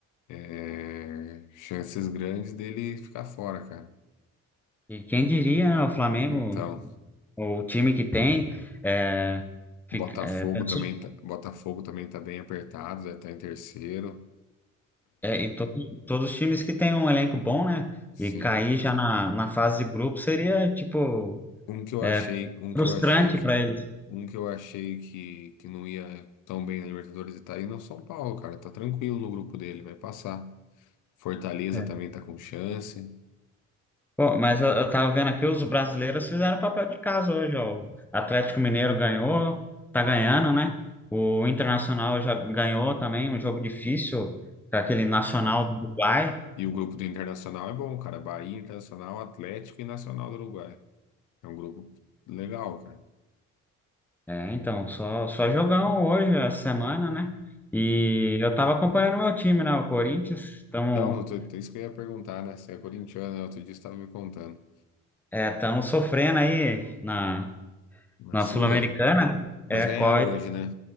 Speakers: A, on the left; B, in the centre.
A: é, chances grandes dele ficar fora, cara.
B: e quem diria, né? O Flamengo,
A: Então,
B: o time que tem, é, fica-
A: Botafogo
B: é, pensou-
A: também tá, Botafogo também tá bem apertado, já tá em terceiro.
B: é, e to- todos os times que têm um elenco bom, né?
A: Sim.
B: E cair já na, na fase de grupo seria, tipo,
A: Um que eu
B: é,
A: achei, um
B: frustrante
A: que eu achei que
B: para eles.
A: Um que eu achei que, que não ia tão bem na Libertadores e tá indo é o São Paulo, cara. Tá tranquilo no grupo dele, vai passar. Fortaleza
B: É.
A: também tá com chance.
B: Pô, mas eu, eu tava vendo aqui, os brasileiros fizeram papel de casa hoje, ó. O Atlético Mineiro ganhou, tá ganhando, né? O Internacional já ganhou também, um jogo difícil, com aquele Nacional do Uruguai.
A: E o grupo do Internacional é bom, cara. Bahia, Internacional, Atlético e Nacional do Uruguai. É um grupo legal, cara.
B: É, então, só, só jogão hoje, essa semana, né? E
A: Uhum.
B: eu tava acompanhando o meu time, né? O Corinthians, estamos
A: Então, eu tô, tô- isso que eu ia perguntar, né? Você é corintiano, né? Outro dia você estava me contando.
B: é, é, tamo sofrendo aí na,
A: Na
B: na
A: Sula?
B: Sul-Americana,
A: Mas
B: é,
A: ganharam
B: com
A: hoje, né?